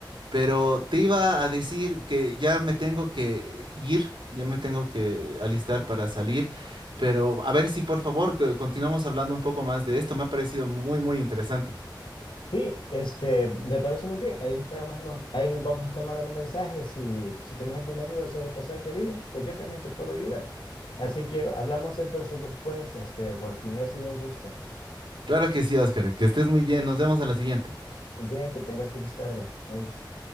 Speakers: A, on the right; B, on the left.
A: Pero te iba a decir que ya me tengo que ir, ya me tengo que alistar para salir. Pero a ver si por favor que continuamos hablando un poco más de esto. Me ha parecido muy, muy interesante.
B: Sí, este, me parece muy bien. Ahí estaremos, nos- ahí nos vamos a estar mandando mensajes y si tienes alguna duda sobre pasarte a Linux, pues yo también te puedo ayudar. Así que hablamos entonces después, este, Joaquín, ha sido un gusto.
A: Claro que sí, Oscar. Que estés muy bien. Nos vemos a la siguiente.
B: Bien, que tengas feliz tarde. Adiós.